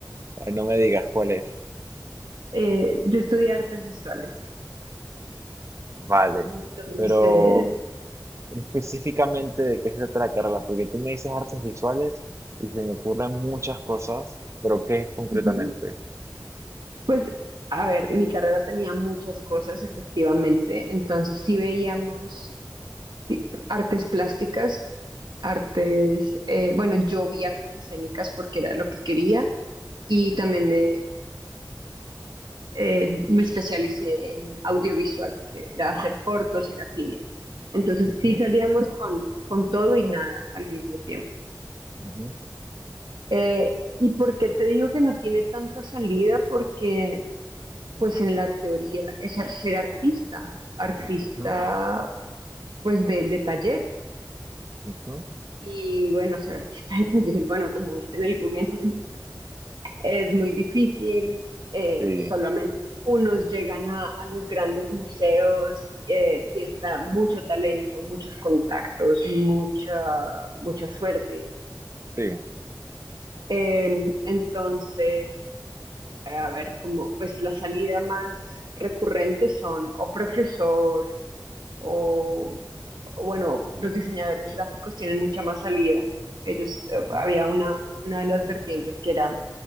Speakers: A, on the right (about 40°); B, on the right (about 75°).
A: Ay, no me digas cuál es.
B: Eh, yo estudié artes visuales,
A: Vale.
B: entonces,
A: Pero específicamente de qué se trata la carrera, porque tú me dices artes visuales y se me ocurren muchas cosas, pero ¿qué es concretamente?
B: ujú, pues, a ver, mi carrera tenía muchas cosas, efectivamente, entonces sí veíamos ti- artes plásticas, artes, eh, bueno, yo vi artes escénicas porque era lo que quería y también me, eh, me especialicé en audiovisual, que era hacer cortos y era cine. Entonces
A: Ujú,
B: sí salíamos con, con todo y nada al mismo tiempo.
A: ujú,
B: Eh, ¿y por qué te digo que no tiene tanta salida? Porque pues en la teoría es a- ser artista, artista
A: ujú,
B: pues de, de taller.
A: ujú.
B: Y bueno, ser artista de taller, bueno, como viste en el Guggenheim, Es muy difícil, eh,
A: Sí,
B: solamente unos llegan a, a los grandes museos, eh, tienes que dar mucho talento, muchos contactos, mucha, mucha suerte.
A: sí.
B: Eh, entonces, eh, a ver, como, pues la salida más recurrente son o profesor o o bueno, los diseñadores gráficos tienen mucha más salida. Ellos, eh,
A: ujú,
B: había una, una de las vertientes que era